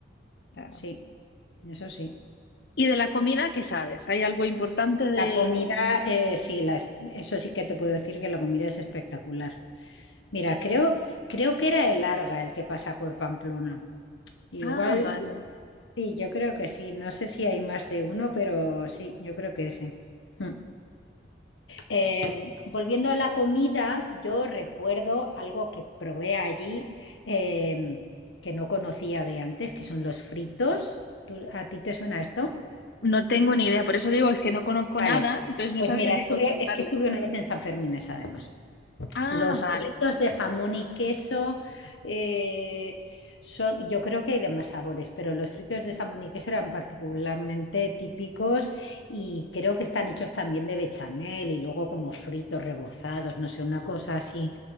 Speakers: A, on the left (about 60°); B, on the left (about 85°).
A: Claro.
B: sí, eso sí.
A: ¿Y de la comida qué sabes? ¿Hay algo importante de...?
B: La comida, eh, sí, la- es- eso sí que te puedo decir que la comida es espectacular. Mira, creo, creo que era el Arga el que pasa por Pamplona. Igual,
A: Ah, vale.
B: sí, yo creo que sí. No sé si hay más de uno, pero sí, yo creo que ese. Mm. Eh, volviendo a la comida, yo recuerdo algo que probé allí eh, que no conocía de antes, que son los fritos. ¿Tú- ¿A ti te suena esto?
A: No tengo ni idea, por eso digo, es que no conozco
B: Vale.
A: nada, entonces no
B: Pues
A: sabía
B: mira,
A: qué
B: estuve,
A: contestarle.
B: es que estuve una vez en San Fermines, además.
A: Ah,
B: Los
A: vale.
B: fritos de jamón y queso eh, son, yo creo que hay de más sabores, pero los fritos de jamón y queso eran particularmente típicos y creo que están hechos también de bechamel y luego como fritos rebozados, no sé, una cosa así